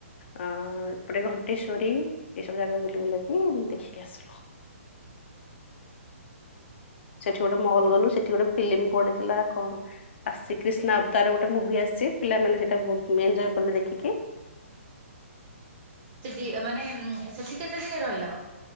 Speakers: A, on the left; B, on the right.
A: ଆ ଏପଟେ ଘଣ୍ଟେଶ୍ଵରୀ ଏସବୁ ଜାଗା ବୁଲି ବୁଲାକି ଦେଖିକି ଆସିଲୁ। ସେଠି ଗୋଟେ ମଲ୍ ଗଲୁ ସେଠି ଗୋଟେ ଫିଲ୍ମ ପଡିଥିଲା କଣ ଆସି କ୍ରିଷ୍ଣା ଅବତାର୍ ର ଗୋଟେ ମୁଭି ଆସିଚି ପିଲାମାନେ ସେଇଟା ବହୁତ୍ ଏଞୟ କଲେ ଦେଖିକି।
B: ସେଦି ମାନେ ସେଠି କେତେ ଦିନି ରହିଲ?